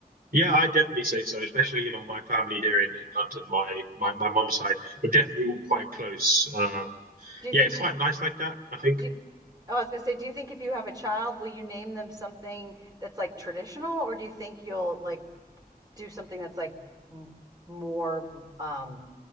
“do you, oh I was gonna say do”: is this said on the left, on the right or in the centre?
Right